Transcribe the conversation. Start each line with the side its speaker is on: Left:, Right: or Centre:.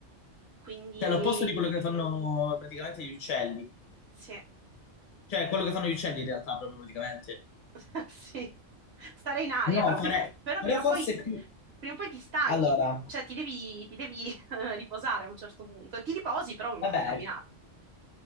Right: quindi
Left: cioè l'opposto di quello che fanno praticamente gli uccelli,
Right: sì.
Left: cioè quello che fanno gli uccelli in realtà proprio praticamente.
Right: <laughs> Sì, stare in aria,
Left: No,
Right: però, pri-
Left: fare...
Right: però
Left: però
Right: prima o
Left: forse
Right: poi,
Left: più...
Right: prima o poi ti stanchi,
Left: Allora,
Right: cioè ti devi, ti devi <laughs> eh, riposare a un certo punto. Ti riposi, però non
Left: vabbè,
Right: puoi camminare.